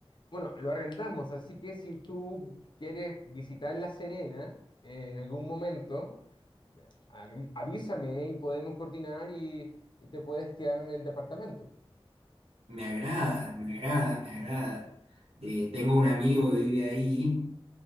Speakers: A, on the left; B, on the right.
A: bueno, lo arrendamos, así que si tú quieres visitar La Serena eh, en algún momento, eh, avi- avísame y podemos coordinar y, y te puedes quedar en el departamento
B: me agrada, me agrada, me agrada. Eh, tengo un amigo que vive ahí